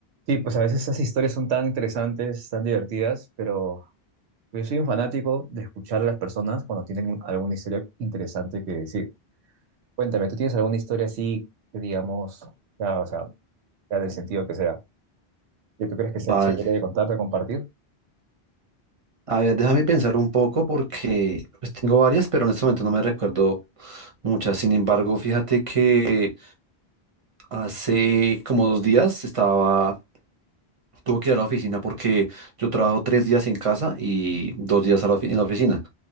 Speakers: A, on the right; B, on the right.
A: Sí, pues a veces esas historias son tan interesantes, tan divertidas, pero yo soy un fanático de escuchar a las personas cuando tienen alguna historia interesante que decir. Cuéntame, ¿tú tienes alguna historia así que digamos, ya, o sea, ya del sentido que sea, que tú crees que sea
B: Vale.
A: chévere de contar, de compartir?
B: A ver, déjame pensar un poco porque pues, tengo varias, pero en este momento no me recuerdo muchas. Sin embargo, fíjate que hace como dos días estaba, tuve que ir a la oficina porque yo trabajo tres días en casa y dos días a la ofi- en la oficina.